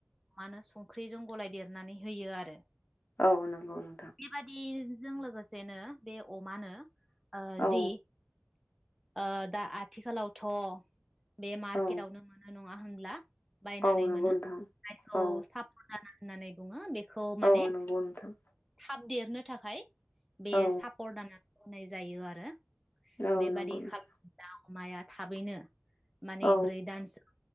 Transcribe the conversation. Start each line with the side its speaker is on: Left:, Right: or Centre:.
Centre: मा होनो संख्रिजों गलाय देरनानै होयो आरो
Left: औ नंगौ नोंथां
Centre: बेबादि जों लोगोसे सेनो बे अमानो ओ
Left: औ
Centre: जि ओ दा आथिखालावथ बे मार्केटवनो
Left: औ
Centre: मोनो नङा होनब्ला बायनानै
Left: औ नंगौ
Centre: मोनो
Left: नोंथां
Centre: जायखौ
Left: औ
Centre: सापर्ट दाना होननानै बुङो बे खौ माने
Left: औ नंगौ नोंथां
Centre: थाब देरनो थाखाय बे
Left: औ
Centre: साब होननाय जायो आरो
Left: औ
Centre: बेबायदि
Left: नंगौ नोंथां
Centre: खालामदाव माया थाबैनो माने
Left: औ
Centre: ब्रै दानसोम